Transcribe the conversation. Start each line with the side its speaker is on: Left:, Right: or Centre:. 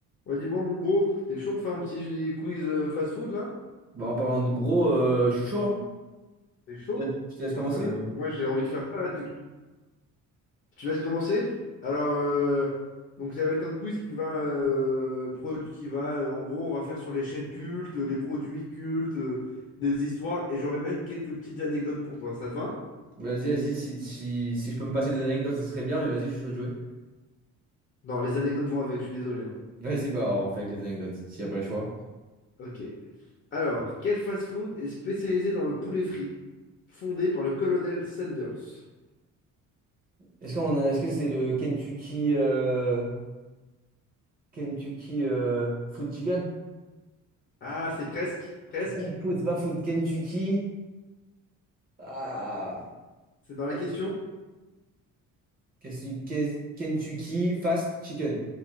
Left: Ouais, dis-moi, mon gros, t'es chaud, on fait un petit quiz euh, fast-food là?
Right: Bah, en parlant de gros, euh, je suis chaud, hein.
Left: T'es chaud?
Right: Ouais, Je te laisse
Left: Moi,
Right: commencer.
Left: ça, moi j'ai envie de faire ça là. Tu, tu laisses commencer? Alors, euh, donc ça va être un quiz qui va, euh, produ- qui va, euh, en gros, on va faire sur les chaînes cultes, les produits cultes, euh, des histoires, et j'aurai même quelques petites anecdotes pour toi. Ça te va?
Right: Vas-y, vas-y, si, si, si je peux me passer des anecdotes, ce serait bien, mais vas-y, je suis chaud de jouer.
Left: Non, les anecdotes vont avec, je suis désolé. hein.
Right: Vas-y, bah on fait avec les anecdotes, s'il n'y a pas le choix.
Left: Ok. Alors, quel fast-food est spécialisé dans le poulet frit, fondé par le colonel Sanders?
Right: Est-ce qu'on a- est-ce que c'est le Kentucky euh, Kentucky euh, Food Chicken?
Left: Ah, c'est presque, presque.
Right: C'est pas food, c'est pas food. Kentucky. Ah.
Left: C'est dans
Right: ouais,
Left: la question.
Right: Kentucky qu'est Kentucky Fast Chicken.